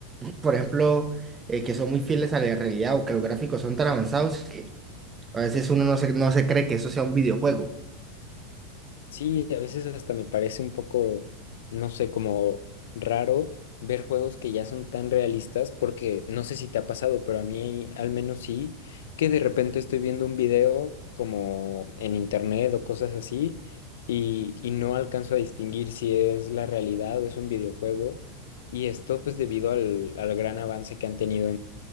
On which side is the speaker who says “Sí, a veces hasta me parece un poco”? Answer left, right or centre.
Left